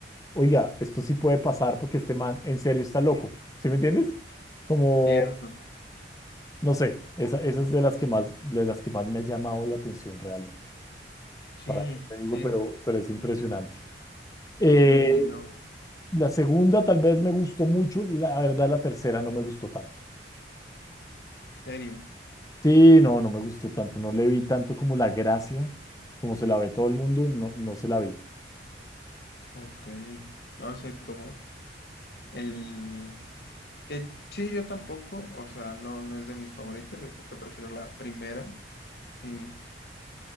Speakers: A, on the left; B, on the left.
A: oiga, esto sí puede pasar porque este man en serio está loco, ¿sí me entiendes? Como,
B: Cierto.
A: no sé, esa, esa es de las que más, de las que más me ha llamado la atención realmente,
B: Sí,
A: para qué te digo,
B: sí,
A: pero, pero es impresionante. Eh,
B: es muy, muy loco.
A: La segunda tal vez me gustó mucho, la verdad la tercera no me gustó tanto.
B: ¿Serio?
A: Sí, no, no me gustó tanto, no le vi tanto como la gracia, como se la ve todo el mundo, no, no se la vi.
B: Ok. No sé cómo. El, Que sí, yo tampoco, o sea, no, no es de mis favoritas, yo creo que prefiero la primera y